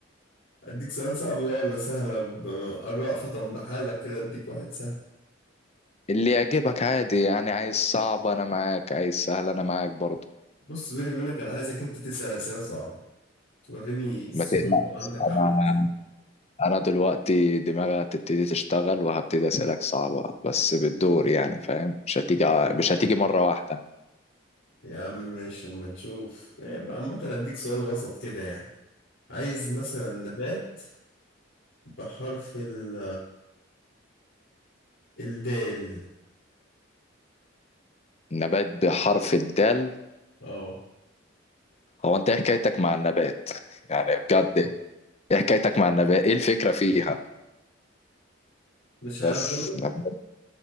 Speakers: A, on the left; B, on the left.
A: أديك سؤال صعب بقى ولا سهلة الرأفة بحالك كده أديك واحد سهل
B: اللي يعجبك عادي يعني عايز صعب انا معاك عايز سهل انا معاك برضو
A: بص بيني وبينك أنا عايزك أنت تسأل أسئلة صعبة توريني الصعوبة
B: ما تقلقش
A: عندك عاملة
B: انا
A: إزاي
B: انا دلوقتي دماغي هتبتدي تشتغل وهبتدي اسالك صعبة بس بالدور يعني فاهم مش هتيجي مش هتيجي مرة واحدة
A: يا عم ماشي أما نشوف إيه، يبقى عامة أديك سؤال وسط كده يعني عايز مثلا نبات بحرف ال... الدال
B: نبات بحرف الدال
A: اه
B: هو انت ايه حكايتك مع النبات يعني بجد ايه حكايتك مع النبات ايه الفكرة فيها
A: مش عارف
B: بس
A: برضه
B: نبات